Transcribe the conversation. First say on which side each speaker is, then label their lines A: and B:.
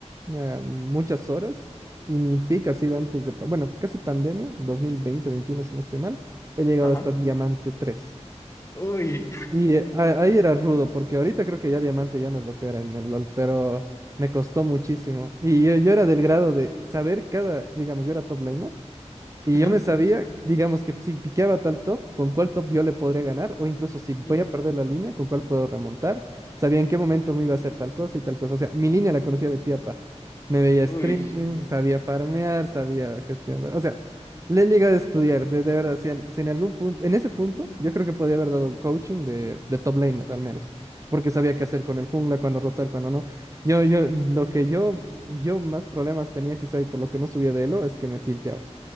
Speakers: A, on the right (about 25°); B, on the left (about 25°).
A: eh, muchas horas y mi pico ha sido antes de, pa- bueno, casi pandemia, dos mil veinte veintiuno si no estoy mal, he llegado
B: Ajá.
A: hasta Diamante tres
B: Uy.
A: Y eh, a- ahí era rudo, porque ahorita creo que ya Diamante ya no es lo que era en el LOL, pero me costó muchísimo. Y yo, yo era del grado de saber cada, digamos, yo era top laner. Y
B: ujú,
A: yo me sabía, digamos que si piqueaba tal top, con cuál top yo le podría ganar, o incluso si voy
B: ujú,
A: a perder la línea, con cuál puedo remontar. Sabía en qué momento me iba a hacer tal cosa y tal cosa. O sea, mi línea la conocía de piapa. Me veía
B: Uy.
A: streams, sabía farmear, sabía gestionar. O sea, le he llegado a estudiar, de, de verdad. Si en, si en algún punto, en ese punto, yo creo que podía haber dado coaching de, de top laner al menos, porque sabía qué hacer con el jungla, cuándo rotar, cuándo no. Yo, yo, lo que yo, yo más problemas tenía quizá y por lo que no subía de elo es que me tilteaba.